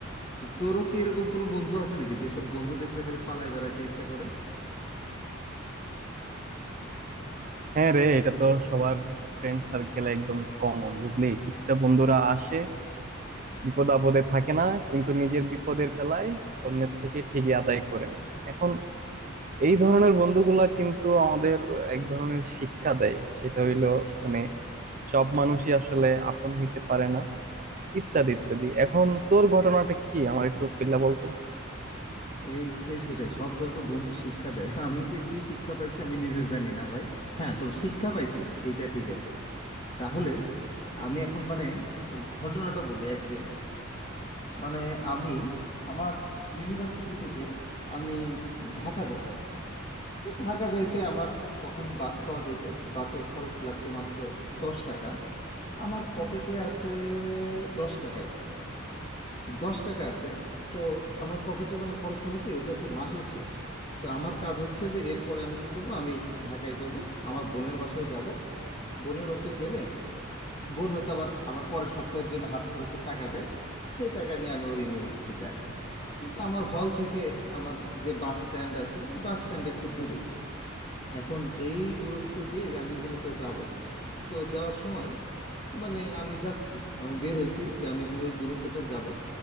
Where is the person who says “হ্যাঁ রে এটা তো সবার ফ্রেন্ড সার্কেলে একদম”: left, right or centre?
Right